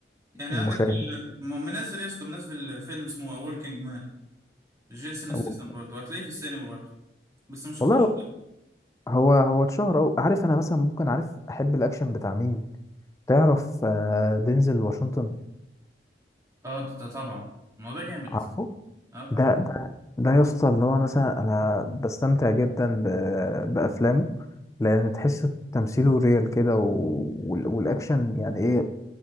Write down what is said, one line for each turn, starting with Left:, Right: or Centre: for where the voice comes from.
Right: يعني
Left: المشاهد
Right: عندك م- منزل يا اسطى منزل فيلم اسمه وركينج مان جيسون استسم
Left: أو-
Right: برضه هتلاقيه في السينما برضه بس مش
Left: والله
Right: هخش
Left: هو هو اتشهر أو عارف انا مثلا ممكن عارف احب الاكشن بتاع مين تعرف آه، دينزل واشنطن
Right: اه ده ده طبعا ما هو ده جامد
Left: عارفه
Right: اه طبعا
Left: ده ده ده يا اسطى اللي هو أنا مثلا انا بستمتع جدا ب- بافلامه لان تحس تمثيله ريال كده و... وال- والاكشن يعني ايه